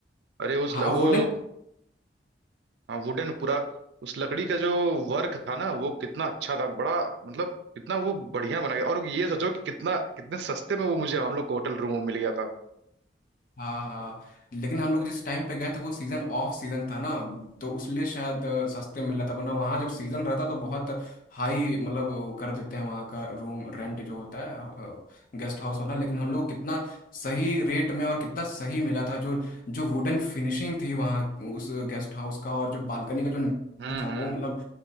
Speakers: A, on the right; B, on the left.
A: अरे उस
B: हाँ
A: ल, वो
B: अब वुडन
A: हाँ, वुडन पूरा उस लकड़ी का जो वर्क था ना वो कितना अच्छा था बड़ा मतलब कितना वो बढ़िया बना गया और ये सोचो कि कितना कितने सस्ते में वो मुझे हम लोग को होटल रूम में मिल गया था
B: हाँ हाँ लेकिन हम लोग जिस टाइम पे गए थे वो सीज़न ऑफ सीज़न था ना तो उसलिए शायद अ, सस्ते मिल रहा था वरना वहाँ जब सीज़न रहता तो बहुत हाई मतलब वो कर देते हैं वहाँ का रूम रेंट जो होता है गेस्ट हाउस वाला लेकिन हम लोग को कितना सही रेट में और कितना सही मिला था जो जो वुडन फिनिशिंग थी वहाँ उस गेस्ट हाउस का और जो बालकनी का जो नज़ारा
A: हम्म
B: था वो
A: हम्म
B: मतलब